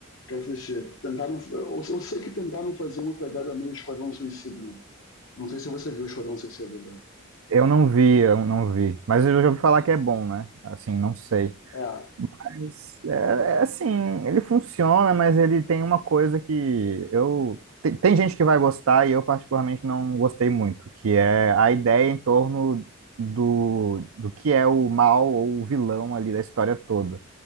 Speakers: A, on the left; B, on the right.
A: quero assistir. Tentaram, eu, eu sei que tentaram fazer uma pegada meio Esquadrão Suicida, né? Não sei se você viu o Esquadrão Suicida, né?
B: Eu não vi, eu não vi. Mas eu já ouvi falar que é bom, né? Assim, não sei.
A: É,
B: Mas, É, é assim, ele funciona, mas ele tem uma coisa que eu. Tem, tem gente que vai gostar e eu, particularmente, não gostei muito, que é a ideia em torno do, do que é o mal ou o vilão ali da história toda.